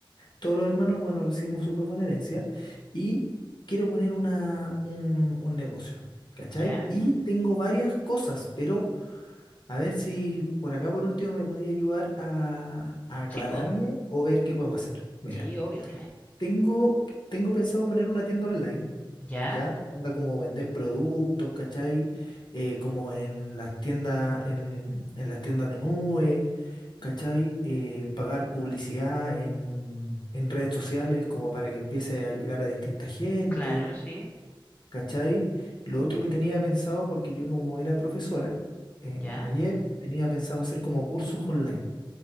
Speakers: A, on the left (about 55°); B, on the left (about 15°).
A: todos los hermanos, bueno, recibimos súper buena herencia y quiero poner una, un, un negocio, ¿cachai?
B: ¿Ya?
A: Y tengo varias cosas, pero a ver si por acá por último me podía ayudar a, a aclararme
B: Sí, pues.
A: o ver qué podemos hacer. Mira,
B: Sí, obvio, dime.
A: tengo, tengo pensado poner una tienda online
B: ¿Ya?
A: ¿ya? Onda como vender productos, ¿cachai? Eh, como en las tiendas, en, en las tiendas de nube, ¿cachai? Eh, pagar publicidad en, en redes sociales como para que empiece a llegar a distinta gente,
B: Claro, sí.
A: ¿cachai? Lo otro que tenía pensado, porque yo como era profesora en
B: ¿Ya?
A: ayer tenía pensado hacer como cursos online,